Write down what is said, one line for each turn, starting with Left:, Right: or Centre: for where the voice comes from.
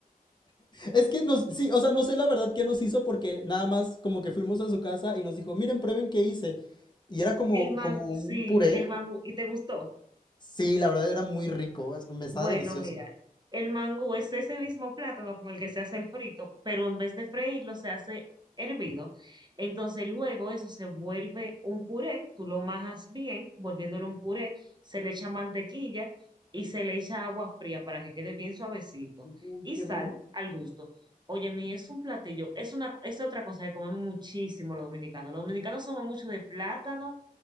Left: Es que nos, sí, o sea, no sé la verdad qué nos hizo porque nada más como que fuimos a su casa y nos dijo, miren, prueben qué hice. Y era como,
Right: El man,
Left: como un
Right: sí,
Left: puré.
Right: el mangú. ¿Y te gustó?
Left: Sí, la verdad era muy rico, es- me estaba
Right: Bueno,
Left: delicioso.
Right: mira, el mangú es ese mismo plátano con el que se hace el frito, pero en vez de freírlo se hace hervido. Entonces luego eso se vuelve un puré, tú lo majas bien, volviéndolo un puré, se le echa mantequilla y se le echa agua fría para que quede bien suavecito
Left: Uy,
Right: y
Left: qué
Right: sal
Left: rico.
Right: al gusto. Oye, mi, es un platillo, es una, es otra cosa que comemos muchísimo los dominicanos. Los dominicanos somos mucho de plátano